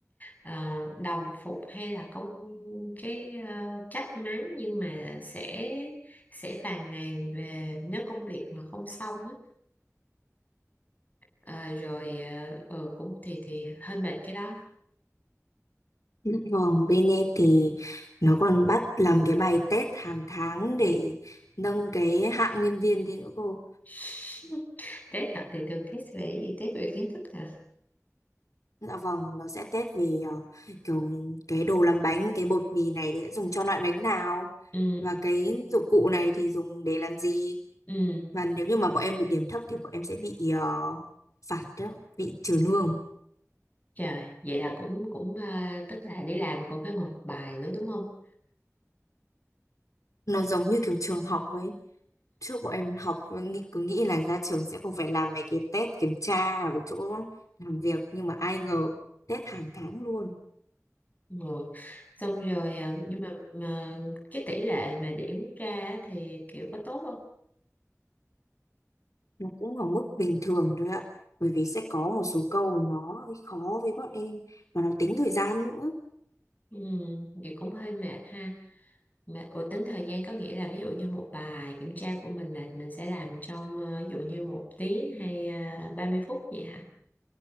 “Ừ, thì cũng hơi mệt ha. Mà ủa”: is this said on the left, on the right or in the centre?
Left